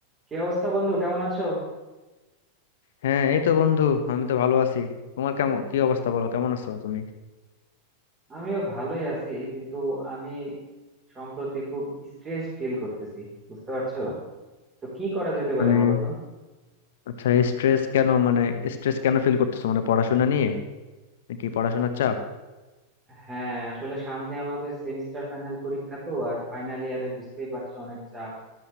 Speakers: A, on the right; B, on the left.
A: কি অবস্থা বন্ধু কেমন আছো
B: হ্যাঁ এই তো বন্ধু আমি তো ভালো আছি তোমার কেমন কি অবস্থা বলো কেমন আছো তুমি
A: আমিও ভালোই আছি কিন্তু আমি সম্প্রতি খুব স্ট্রেস ফিল করতেছি বুঝতে পারছো তো কি করা যেতে পারে
B: মানে
A: বলো তো
B: আচ্ছা স্ট্রেস কেন মানে স্ট্রেস কেন ফিল করতেছো মানে পড়াশোনা নিয়ে নাকি পড়াশোনার চাপ
A: হ্যাঁ আসলে সামনে আমাদের সেমিস্টার ফাইনাল পরীক্ষা তো আর ফাইনাল ইয়ারে বুঝতেই পারছো অনেক চাপ